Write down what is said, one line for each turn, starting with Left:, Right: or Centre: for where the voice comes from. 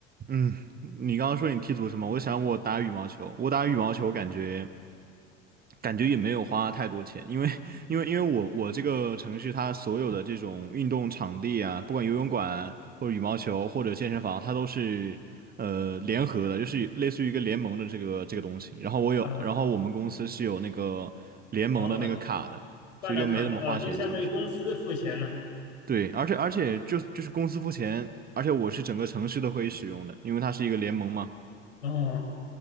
Right: 嗯，你刚刚说你踢足球嘛，我想我打羽毛球，我打羽毛球感觉。感觉也没有花太多钱，因为因为因为我我这个城市它所有的这种运动场地啊，不管游泳馆或者羽毛球或者健身房，它都是呃联合的，就是类似于一个联盟的这个这个东西。然后我有，
Left: 啊，
Right: 然后我们公司是有那个联盟的那个卡的，
Left: 哦，办了卡的啊，
Right: 所以就没怎么花钱，
Left: 就相当于公司付钱了。
Right: 基本上。对，而且而且就就是公司付钱，而且我是整个城市都可以使用的，因为它是一个联盟嘛。
Left: 哦，